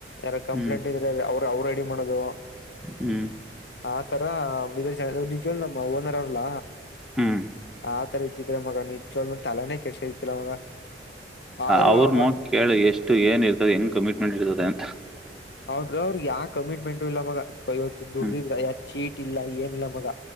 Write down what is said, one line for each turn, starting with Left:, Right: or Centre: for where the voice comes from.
Left: ಯಾರ ಕಂಪ್ಲೇಂಟ್
Centre: ಹ್ಮ್
Left: ಇದ್ರಲ್ಲಿ ಅವರ ನಾವು ರೆಡಿ ಮಾಡೋದು
Centre: ಹ್ಮ್
Left: ಆತರ ನಿಜವ ನಿಜ್ವಾಗ್ಲೂ ನಮ್ಮ ಓನರ್ ಅರ್ಲ್ಲ
Centre: ಹ್ಮ್
Left: ಆ ತರ ಇದ್ರೆ ಮಗ ನಿಜವಾಗ್ಲು ತಲಾನೇ ಕೆಡಿಸ್ಕೊತಿರ್ಲಿಲ್ಲ ಮಗ ಆದ್ರೂ
Centre: ಅವರು
Left: ಅವ್ರ
Centre: ನೋಡ್ ಕೇಳಿ ಎಷ್ಟು ಏನ್ ಇರ್ತದೆ ಹೆಂಗ್ ಕಮಿಟ್ಮೆಂಟ್ ಇರ್ತದೆ ಅಂತ
Left: ಅವ್ರ ಅವ್ರಗ್ ಯಾವ ಕಮಿಟ್ಮೆಂಟ್ ಇಲ್ಲ ಮಗ ಇವತ್ತ ದುಡಿದ್ರ
Centre: ಹ್ಮ್
Left: ಯ ಚೀಟ್ ಇಿಲ್ಲ ಏನಿಲ್ಲ ಮಗ